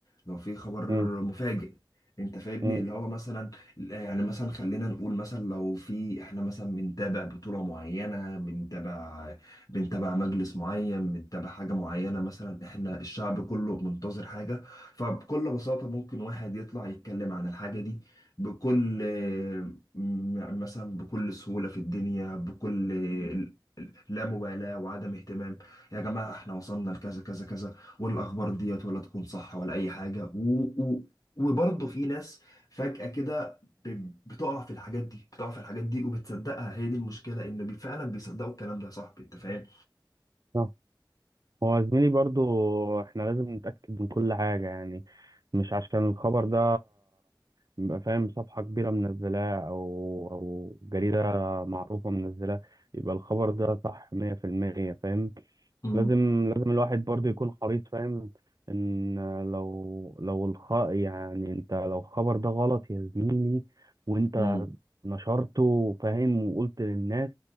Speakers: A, on the left; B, on the right.
A: لو في خبر
B: مم.
A: مفاجئ انت فاهمني
B: مم.
A: اللي هو مثلا يعني مثلا خلينا نقول مثلا لو في احنا مثلا بنتابع بطولة معينة بنتابع بنتابع مجلس معين بنتابع حاجة معينة مثلا احنا الشعب كله منتظر حاجة فبكل بساطة ممكن واحد يطلع يتكلم عن الحاجة دي بكل م- يعني مثلا بكل سهولة في الدنيا بكل ال- ال- لا مبالاة وعدم اهتمام يا جماعة احنا وصلنا لكذا كذا كذا والأخبار ديت ولا تكون صح ولا أي حاجة و و وبرضه في ناس فجأة كده ب- بتقع في الحاجات دي بتقع في الحاجات دي وبتصدقها هي دي المشكلة إن بي- فعلا بيصدقوا الكلام ده يا صاحبي أنت فاهم؟
B: آه. هو زميلي برضو احنا لازم نتأكد من كل حاجة يعني مش عشان الخبر ده يبقى فاهم صفحة كبيرة منزلاه أو أو جريدة معروفة منزلاه يبقى الخبر ده صح مية في المية فاهم
A: مم.
B: لازم لازم الواحد برضه يكون حريص فاهم إن لو لو الخ يعني أنت لو الخبر ده غلط يا زميلي وأنت
A: مم.
B: نشرته فاهم وقلت للناس